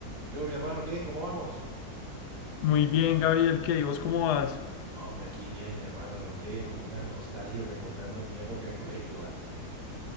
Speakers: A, on the right; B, on the left.
A: ¿Qué hubo, mi hermano? ¿Qué? ¿Cómo vamos?
B: Muy bien, Gabriel, ¿qué? ¿Y vos cómo vas?
A: Hombre, aquí bien, mi hermano, no friegue con una nostalgia y recordando mi época de colegio, ¿vale?